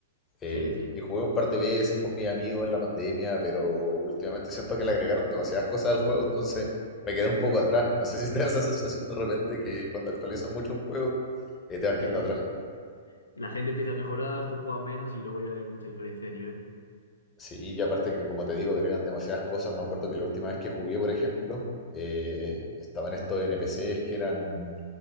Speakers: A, on the left; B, on the left.
A: Eh,
B: Sí, sí,
A: y jugué un par de veces con mis amigos en la pandemia, pero últimamente siento que le agregaron demasiadas cosas al juego, entonces me quedé un poco atrás. No sé si te da esa sensación de repente que cuando actualizan mucho un juego, eh, te vas quedando
B: sí.
A: atrás.
B: La gente empieza a mejorar, tú juegas menos y luego ya hay mucha diferencia de nivel.
A: Sí, y aparte que como te digo, agregan demasiadas cosas. Me acuerdo que la última vez que jugué, por ejemplo, eh,
B: Mm.
A: estaban estos N P C's que eran,